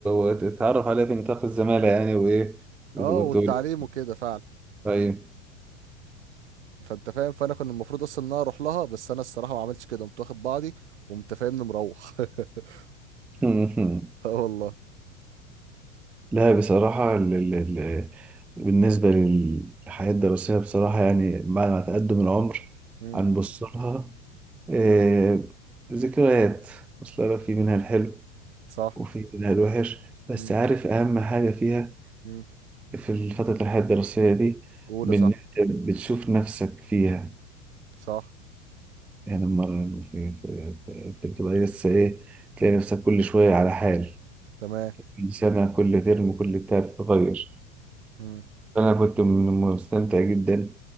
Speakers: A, in the centre; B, on the right.
A: و... وتتعرف عليها في نطاق الزمالة يعني وإيه وت-
B: اه
A: وتقول
B: والتعليم وكده فعلا
A: طيب
B: فانت فاهم فانا كان المفروض اصلا ان انا اروح لها بس انا الصراحه ما عملتش كده قمت واخد بعضي وقمت فاهمني مروح <laughs>
A: <laughs>
B: اه والله
A: لا بصراحة ال ال ال بالنسبة للحياة الدراسية بصراحة يعني بعد ما تقدم العمر
B: امم
A: هنبص لها آه، ذكريات أصل أنا في منها الحلو
B: صح
A: وفي منها الوحش بس
B: امم
A: عارف أهم حاجة فيها
B: امم
A: في فترة الحياة الدراسية دي
B: اولى
A: بإن
B: صح
A: أنت بتشوف نفسك فيها
B: صح
A: يعني لما في- في- في- أنت بتبقى لسه إيه تلاقي نفسك كل شوية على حال
B: تمام
A: كل سنة كل ترم كل بتاع بتتغير
B: امم
A: أنا كنت من- مستمتع جدا